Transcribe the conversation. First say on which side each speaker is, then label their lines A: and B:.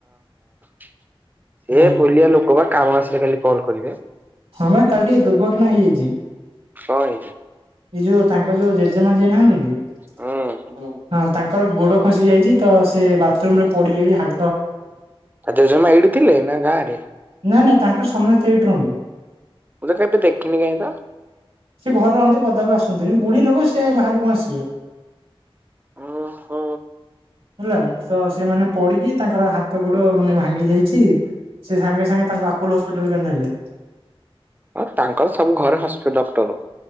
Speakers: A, on the right (about 20°); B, on the right (about 75°).
A: ସେ
B: ହଁ
A: ଭୁଲିଆ ଲୋକ ବା କାମ ଆସିଲେ ଖାଲି କଲ କରିବେ।
B: ହଁ ବା କାଲି ଟିକେ ଦୁର୍ଘଟଣା ହେଇଯାଇଚି।
A: ହଁ ଆଜ୍ଞା।
B: ଏଇ ଯୋଉ ତାଙ୍କ ଯୋଉ ଜେଜେମା ଯେ ନାହାନ୍ତି କି ହଁ
A: ହୁଁ
B: ତାଙ୍କ ତାଙ୍କର ଗୋଡ ଖସି ଯାଇଛି ତ ସେ ବାଥରୁମ ରେ ପଡିଯାଇ ହା
A: ଆ ଜେଜେମାଁ ଏଇଠି ଥିଲେ ନା ଗାଁରେ
B: ନା ନା ତାଙ୍କର ସମସ୍ତେ ଏଠି ରହନ୍ତି।
A: ମୁ ତ କାଇଁ ଦେଖିିନି କାଇଁ ତ।
B: ସିଏ ଘରେ ରହନ୍ତି ପଦାକୁ ଆସନ୍ତିନି ବୁଢୀ ଲୋକ ସିଏ ଆଉ ବାହାରକୁ କଣ ଆସିବେ।
A: ଓହୋ।
B: <inaudible> ହେଲା ତ ସେମାନେ ପଡିକି ତାଙ୍କର ହାତ ଗୋଡ ମାନେ ଭାଙ୍ଗି ଯାଇଛି ସେ ସାଙ୍ଗେ ସାଙ୍ଗେ ତାଙ୍କୁ ଆପୋଲ ହସ୍ପିଟାଲ ହେକା ନେଲେ।
A: ଆଉ ତାଙ୍କର ସବୁ ଘରେ ହସ୍ପି ଡକ୍ଟର।